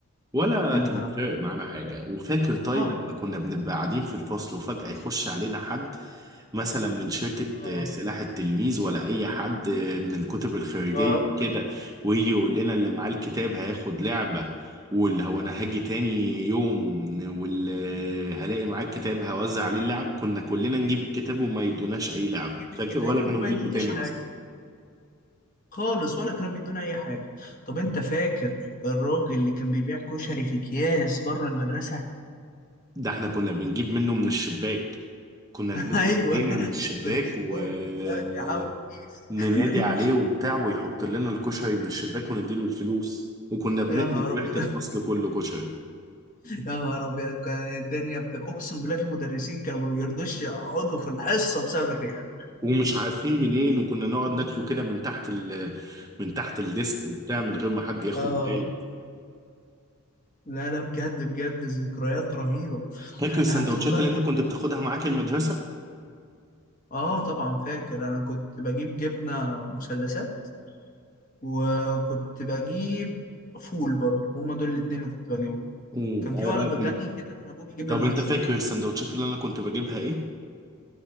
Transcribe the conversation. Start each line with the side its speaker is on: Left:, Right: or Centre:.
Right: ولا
Left: يا
Right: كان
Left: نهار
Right: فارق
Left: ابيض
Right: معانا حاجة وفاكر طيب
Left: اه
Right: لما كنا بنبقى قاعدين في الفصل وفجأة يخش علينا حد مثلا من شركة
Left: اه
Right: آه، سلاح التلميذ ولا أي حد آه، من الكتب الخارجية
Left: اه
Right: كده ويجي يقول لنا اللي معاه الكتاب هياخد لعبة واللي هو أنا هاجي تاني يوم واللي هلاقي معاه الكتاب هوزع عليه اللعب كنا كلنا نجيب الكتاب وما يدوناش أي
Left: كنا
Right: لعب
Left: نجيب
Right: فاكر
Left: الكتاب
Right: ولا
Left: وما
Right: كانوا بيجوا
Left: يدوناش
Right: تاني
Left: حاجه
Right: أصلا
Left: خالص ولا كانوا بيدونا اي حاجه طب انت فاكر الراجل اللي كان بيبيع كشري في اكياس بره المدرسه
Right: ده احنا كنا بنجيب منه من الشباك كنا
Left: <laughs>
Right: نمد
Left: ايوه
Right: ايدينا من الشباك
Left: كنت تقوم
Right: وننادي
Left: طول الوقت يا عمو كيس <laughs>
Right: عليه وبتاع ويحط لنا الكشري من الشباك ونديله الفلوس وكنا بنقلب
Left: يا نهار ابيض
Right: ريحة الفصل كله كشري
Left: يا نهار ابيض كان الدنيا بتبقى اقسم بالله في مدرسين كانوا ما بيرضوش يقعدوا في الحصه بسبب الريحه
Right: ومش عارفين منين وكنا نقعد ناكله كده من تحت ال... من تحت الديسك وبتاع من غير ما حد ياخد
Left: اه
Right: باله
Left: لا لا بجد بجد ذكريات رهيبه
Right: فاكر السندوتشات
Left: انا افتكرت
Right: اللي انت
Left: حاجه
Right: كنت بتاخدها معاك المدرسة؟
Left: اه طبعا فاكر انا كنت بجيب جبنه مثلثات وكنت بجيب فول برضه هما دول الاتنين اللي كنت بجيبهم
Right: امم
Left: كان في
Right: انا
Left: ولد
Right: بقى كنت
Left: غني كده كان ابوه بيجيب
Right: طب
Left: له لانشون
Right: انت فاكر السندوتشات اللي انا كنت بجيبها ايه؟